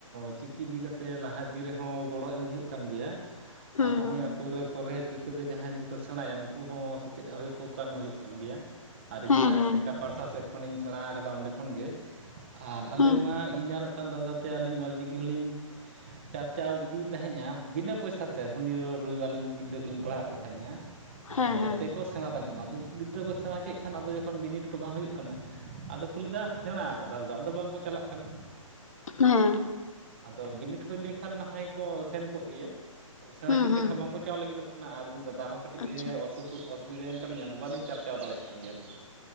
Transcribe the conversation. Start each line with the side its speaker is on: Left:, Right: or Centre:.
Right: ᱪᱤᱠᱤ ᱤᱫᱤ ᱠᱟᱛᱮᱫ ᱞᱟᱦᱟ ᱤᱫᱤ ᱨᱮᱦᱚᱸ ᱜᱚᱲᱚ ᱮᱢ ᱦᱩᱭᱩᱜ ᱠᱟᱱ ᱜᱮᱭᱟ <inaudible>
Left: ᱦᱩᱸ
Right: ᱟᱨ ᱦᱚᱸᱜ-ᱚᱭ
Left: ᱦᱩᱸ
Right: ᱟᱹᱛᱩ ᱨᱮ ᱠᱚᱨᱮ ᱪᱤᱠ ᱛᱚᱵᱮ ᱡᱟᱦᱟᱸᱭ ᱡᱩᱫᱤ ᱠᱚ ᱥᱮᱬᱟᱭᱟ ᱩᱱᱠᱩ ᱦᱚᱸ ᱥᱮᱪᱮᱫ ᱦᱩᱭᱩᱜ ᱠᱚ ᱠᱷᱟᱱ ᱦᱩᱭᱩᱜ ᱠᱟᱱ ᱜᱮᱭᱟ᱾ ᱟᱨ ᱤᱧᱢᱟ
Left: ᱦᱮᱸ ᱦᱮᱸ
Right: ᱮᱥᱮᱠᱟᱹ ᱯᱟᱦᱴᱟ ᱥᱮᱫ ᱠᱷᱚᱱᱤᱧ ᱥᱮᱬᱟ ᱟᱠᱟᱫᱟ ᱚᱸᱰᱮ ᱠᱷᱚᱱᱜᱮ ᱟᱨ ᱟᱞᱮ
Left: ᱦᱩᱸ
Right: ᱢᱟ ᱤᱧ ᱟᱨ ᱫᱟᱫᱟ ᱛᱮ ᱟᱹᱞᱤᱧ ᱚᱞᱪᱤᱠᱤ ᱦᱚᱞᱤᱧ ᱪᱟᱨᱪᱟᱣ ᱤᱫᱤᱭᱮᱫ ᱛᱟᱦᱮᱸᱼᱟ ᱵᱤᱱᱟᱹ ᱯᱚᱭᱥᱟᱛᱮ ᱥᱚᱱᱤᱨ ᱨᱚᱵᱤᱵᱟᱨᱞᱤᱧ ᱜᱤᱫᱽᱨᱟᱹ ᱠᱚᱞᱤᱧ ᱯᱟᱲᱦᱟᱣᱮᱫ ᱠᱚ ᱛᱟᱦᱮᱸᱜᱼᱟ᱾
Left: ᱦᱮᱸ
Right: ᱡᱟᱛᱮ
Left: ᱦᱮᱸ
Right: ᱠᱚ ᱥᱮᱬᱟ ᱫᱟᱲᱮᱭᱟᱜ ᱢᱟ ᱟᱫᱚ ᱩᱱᱠᱩ ᱜᱤᱫᱽᱨᱟᱹ ᱠᱚ ᱥᱮᱬᱟ ᱠᱮᱫ ᱠᱷᱟᱱ ᱟᱫᱚ ᱡᱚᱠᱷᱚᱱ ᱵᱤᱱᱤᱰ ᱠᱚ ᱵᱟᱝ ᱦᱩᱭᱩᱜ ᱠᱟᱱᱟ ᱟᱫᱚ ᱦᱩᱞᱫᱟ ᱥᱮᱬᱟ ᱟᱠᱟᱫᱟ ᱟᱞᱮ ᱫᱚ ᱟᱫᱚ ᱵᱟᱝᱠᱚ ᱪᱟᱞᱟᱜ ᱠᱟᱱᱟ᱾
Left: ᱦᱮᱸ᱾
Right: ᱟᱫᱚ ᱵᱤᱱᱤᱰ ᱦᱩᱭ ᱞᱮᱱᱠᱷᱟᱱ ᱱᱟᱦᱭ ᱠᱚ ᱥᱮᱱ ᱠᱚᱜ ᱜᱮᱭᱟ ᱟᱫᱚ ᱥᱮᱬᱟ
Left: ᱦᱩᱸ
Right: ᱠᱮᱫ
Left: ᱦᱩᱸ
Right: ᱠᱷᱟᱱ ᱵᱟᱝᱠᱚ ᱪᱟᱣ ᱞᱟᱹᱜᱤᱫᱚᱜ ᱠᱟᱱᱟ ᱟᱨ ᱩᱱᱤ ᱫᱟᱫᱟ ᱦᱚᱸ ᱠᱟᱹᱴᱤᱡ
Left: ᱟᱪᱪᱷᱟ
Right: ᱮ ᱚᱥᱩᱵᱤᱫᱷᱟᱭᱮᱱ ᱛᱟᱹᱞᱤᱧᱟ ᱟᱫᱚ ᱵᱟᱹᱞᱤᱧ ᱪᱟᱨᱪᱟᱣ ᱫᱟᱲᱮᱭᱟᱜ ᱠᱟᱱ ᱜᱮᱭᱟ ᱦᱤᱡᱚᱜ ᱫᱚ᱾